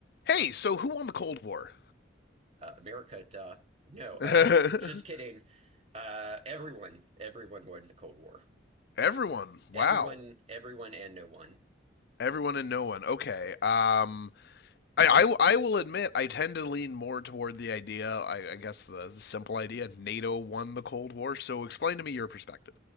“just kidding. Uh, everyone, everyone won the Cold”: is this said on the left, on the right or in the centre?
Right